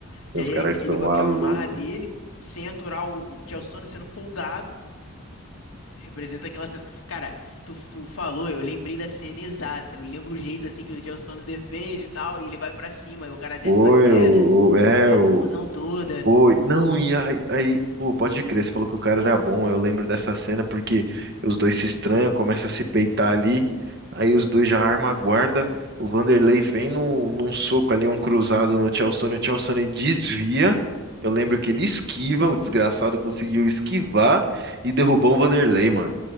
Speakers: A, on the right; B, on the left.
A: Tem
B: Que
A: uns
B: aí
A: caras
B: é
A: que
B: ele
A: são
B: com
A: malucos.
B: aquela marra dele, sem aturar o, o Chael Sonnen sendo folgado. Representa aquela cena. Cara, tu, tu falou, eu lembrei da cena exata. Eu lembro o jeito assim que o Chelsea defende e tal, e ele vai pra cima, e o cara desce
A: Foi,
B: na queda,
A: o, o- é,
B: aquela
A: o,
B: confusão toda.
A: Foi. Não, e aí, aí, pô, pode crer, você falou que o cara era bom. Eu lembro dessa cena porque os dois se estranham, começam a se peitar ali. Aí os dois já armam a guarda. O Vanderlei vem num, num soco ali, um cruzado no Tchalsone. O Tchalsone desvia. Eu lembro que ele esquiva, o desgraçado conseguiu esquivar e derrubou o Vanderlei, mano.